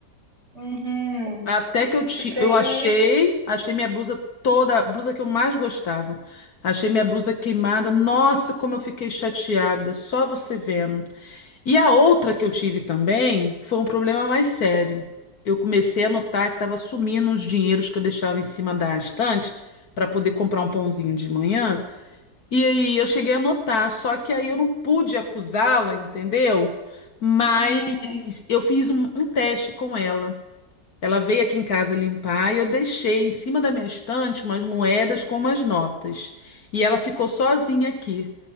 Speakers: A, on the right; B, on the left.
A: Uhum.
B: Até que eu, ti-
A: Que prejuízo.
B: eu achei, achei minha blusa toda, a blusa que eu mais gostava. Achei minha blusa queimada. Nossa, como eu fiquei chateada. Só você vendo. E a outra que eu tive também foi um problema mais sério. Eu comecei a notar que estava sumindo os dinheiros que eu deixava em cima da estante para poder comprar um pãozinho de manhã. E aí eu cheguei a notar, só que aí eu não pude acusá-la, entendeu? Mas
A: Uhum.
B: eu fiz um, um teste com ela. Ela veio aqui em casa limpar e eu deixei em cima da minha estante umas moedas com umas notas. E ela ficou sozinha aqui.